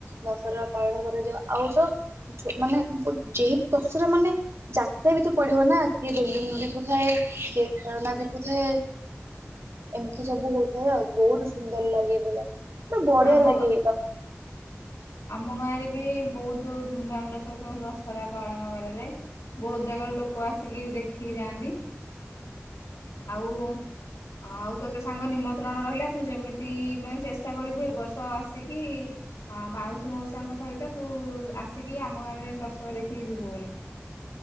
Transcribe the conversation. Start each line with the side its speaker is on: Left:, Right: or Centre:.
Right: ଦଶହରା ପାଳନ କରାଯାଉ ଆଉ ତ ମାନେ ଯେହେତୁ ଦଶହରା ମାନେ ଯାତ୍ରା ବି ତ ପଡିବ ନା କିଏ ବେଲୁନ ବିକୁଥାଏ କିଏ ଖେଳନା ବିକୁଥାଏ ଏମିତି ସବୁ ହଉଥାଏ ଆଉ ବହୁତ ସୁନ୍ଦର ଲାଗେ ପୁରା। ପୁରା ବଢିଆ
Left: ଆମ।
Right: ଲାଗେ
Left: ଆମ ଗାଁରେ ବି ବହୁତ ଧୁମଧାମ ର ସବୁ ଦଶହରା ପାଳନ କରାଯାଏ ବହୁତ ଜାଗାରୁ ଲୋକ ଆସିକି ଦେଖିକି ଯାଆନ୍ତି। ଆଉ ଆଉ ତୋତେ ସାଙ୍ଗ ନିମନ୍ତ୍ରଣ ରହିଲା ତୁ ଯେମିତି ମାନେ ଚେଷ୍ଟା କରିବୁ ଏ ବର୍ଷ ଆସିକି ଅ ମାଉସୀ ମାଉସୀଙ୍କ ସହିତ ତୁ ଆସିକି ଆମ ଗାଁରେ ଯେମିତି ଦଶହରା ଦେଖିକି ଯିବୁ ବୋଲି।